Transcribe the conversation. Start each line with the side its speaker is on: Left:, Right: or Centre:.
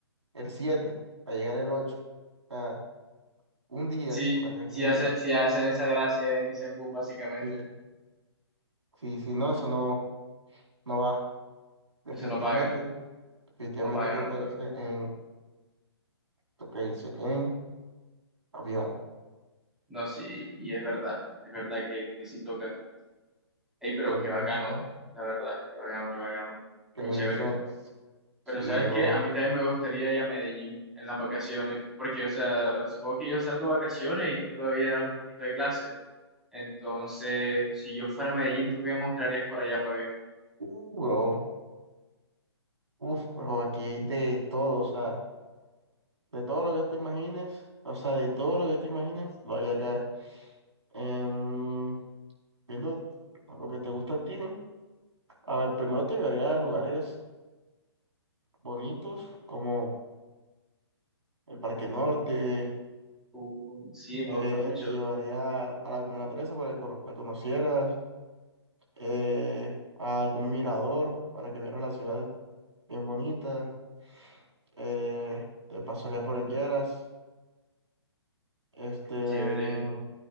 Right: el 7 para llegar el ocho, O sea, un día,
Centre: Si,
Right: en Barranquilla.
Centre: si, hace- si hacen esa gracia de venirse en bus, básicamente,
Right: Sí, sí, sí, no, eso no, no va. Definitivamente,
Centre: eso no paga,
Right: definitivamente
Centre: no paga,
Right: toca
Centre: no paga.
Right: irse en, toca irse en avión.
Centre: No, sí, y es verdad, es verdad que, que sí toca. Ey, pero
Right: Pero
Centre: qué
Right: qué
Centre: bacano,
Right: bendición,
Centre: la verdad, qué bacano, qué bacano.
Right: qué
Centre: Muy
Right: bendición.
Centre: chévere. Pero
Right: Sí,
Centre: ¿sabes
Right: bro.
Centre: qué? A mí también me gustaría ir a Medellín en las vacaciones, porque, o sea, supongo que yo salgo de vacaciones y tú todavía das un poquito de clase. Entonces, si yo fuera a Medellín, ¿tú qué me mostrarías por allá para ver?
Right: Uh, bro. Uf, bro, aquí hay de todo, o sea, de todo lo que te imagines, o sea, de todo lo que te imagines, lo hay acá. Em, viendo lo que te gusta a ti, a ver, primero te llevaría a lugares bonitos como el Parque Norte,
Centre: Uh, sí, me
Right: Eh,
Centre: gusta mucho.
Right: te llevaría a la Comuna trece para que co- la conocieras, eh, a algún mirador para que vieras la ciudad bien bonita, eh, te pasaría por el Lleras, este,
Centre: Qué
Right: mm,
Centre: chévere,